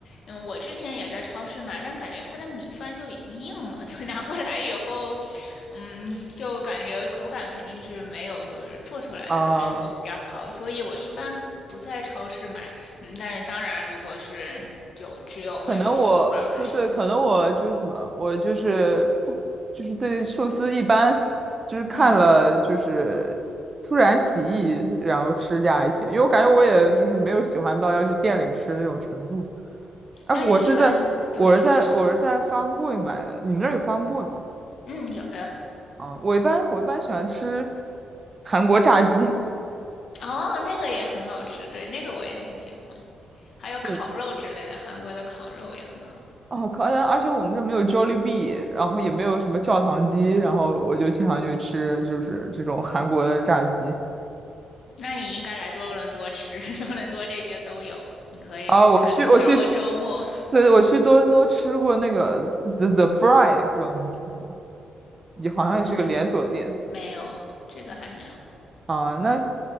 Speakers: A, on the left; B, on the right.
A: 嗯，我之前也在超市买，但感觉它的米饭就已经硬了，就拿回来以后，嗯，就感觉口感肯定是没有就是做出来的时候比较好，
B: 啊、
A: 所以我一般不在超市买。嗯，但是当然，如果是有只有寿司的话，
B: 可能我对对，
A: 我还是会。
B: 可能我就是什么，我就是不就是对寿司一般，就是看了就是突然起意，
A: 嗯，
B: 然后吃下还行，因为我感觉我也就是没有喜欢到要去店里吃那种程度。哎，
A: 那你一般都喜欢什么？
B: 我是在我是在我是在 f a r Boy 买的，你们那儿有 f a r Boy 吗？
A: 嗯，有的。
B: 啊，我一般我一般喜欢吃韩国炸鸡，
A: 哦，那个也很好吃，对，那个我也很喜欢。
B: <laughs>
A: 还有烤肉之类的，
B: 对，
A: 韩国的烤肉也很好。
B: 哦，可能而且我们这没有 Jollibee，然后也没有什么教堂鸡，然后我就经常就吃就是这种韩国的炸鸡。
A: 那你应该来多伦多吃，<laughs> 多伦多这些都有。你可以看找个周末，
B: 啊，我去我去，对，我去多伦多吃过那个 The The Fry，不知道你们听过，也好像也是个连锁店
A: 嗯，没有，这个还没有。
B: 啊。那是